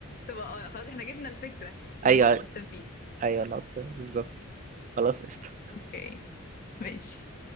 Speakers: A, on the left; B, on the right.
A: تبقى آه، خلاص احنا جبنا الفكرة ناقص
B: ايوه
A: التنفيذ
B: ايوه ناقص بالظبط خلاص قشطه
A: اوكي ماشي